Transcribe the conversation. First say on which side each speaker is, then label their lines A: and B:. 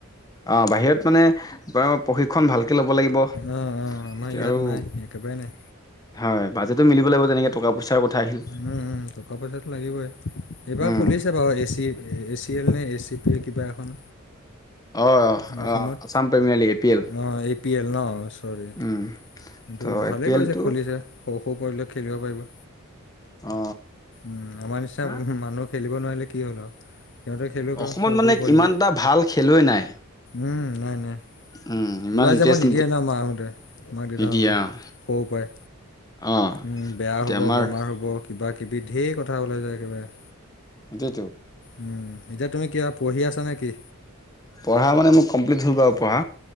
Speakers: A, on the left; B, on the left.
A: অঁ বাহিৰত মানে প প্ৰশিক্ষণ ভালকৈ ল'ব লাগিব।
B: অ অ অ, আমাৰ
A: এতিয়া
B: ইয়াত
A: আৰু
B: নাই, একেবাৰে নাই।
A: হয়, বাজেটো মিলিব লাগিব তেনেকে টকা - পইচাৰ কথা আহিল।
B: উম উম, টকা- পইচাটো লাগিবই। এইবাৰ
A: উম
B: খুলিছে বাৰু A C A C L নে এ চি পি কিবা এখন
A: অ
B: অসমত
A: অ Assam premier league A P L
B: অ এ পি এল ন চৰি।
A: উম।
B: কিন্তু
A: ত'
B: ভালেই
A: এ পি
B: কৰিছে
A: এলটো
B: খুলিছে, সৰু - সৰু পোৱালিয়ে খেলিব পাৰিব।
A: অ।
B: উম আমাৰ নিচিনা
A: হা
B: উহু মানুহ খেলিব নোৱাৰিলে কি হ'ল আৰু? সিহঁতে খেলক
A: অসমত
B: আৰু সৰু
A: মানে
B: সৰু পোৱালিলৈ
A: ইমান এটা ভাল খেলুৱৈ নাই।
B: উম নাই নাই,
A: উম, ইমান
B: ওলাই
A: ইণ্টাৰেষ্ট
B: যাব নিদিয়ে ন মাহতে মাক
A: নিদিয়ে
B: দে সৰুতে
A: অ',
B: সৰু পৰাই,
A: অ',
B: উম বেয়া
A: এতিয়া
B: হ'ব
A: আমাৰ
B: বেমাৰ হ'ব, কিবা -কিবি ঢেৰ কথা ওলাই যায় একেবাৰে।
A: সেইটোয়েতো।
B: উম, এতিয়া তুমি কিবা পঢ়ি আছা নেকি?
A: পঢ়া মানে মোৰ কমপ্লিট হ'ল পঢ়া।